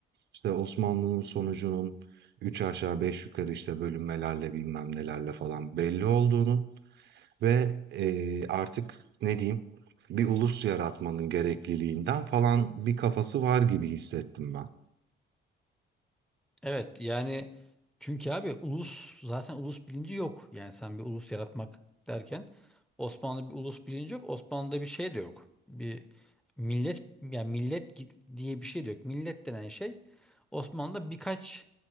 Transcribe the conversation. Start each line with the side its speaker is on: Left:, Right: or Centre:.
Right: işte Osmanlı'nın sonucunun üç aşağı beş yukarı işte bölünmelerle bilmem nelerle falan belli olduğunu Ve, eee, artık ne diyeyim, bir ulus yaratmanın gerekliliğinden falan bir kafası var gibi hissettim ben.
Centre: Evet yani çünkü abi ulus zaten ulus bilinci yok. Yani sen bir ulus yaratmak derken Osmanlı'da bir ulus bilinci yok. Osmanlı'da bir şey de yok. Bir millet yani millet gi- diye bir şey de yok. Millet denen şey Osmanlı'da birkaç